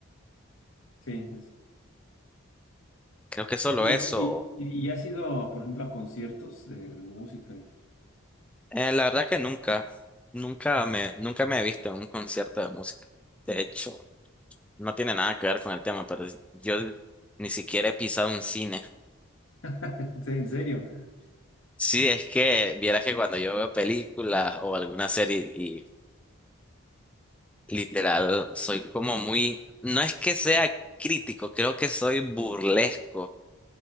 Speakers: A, on the left (about 75°); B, in the centre.
A: Sí,
B: Creo que solo
A: Y,
B: eso.
A: y, y, has ido, por ejemplo, a conciertos de, de música. y-
B: Eh, la verdad que nunca, nunca me, nunca me he visto en un concierto de música. De hecho. No tiene nada que ver con el tema, pero yo ni siquiera he pisado un cine.
A: <laughs> Sí, En serio.
B: Sí, es que vieras que cuando yo veo películas o alguna serie y literal soy como muy, no es que sea crítico, creo que soy burlesco.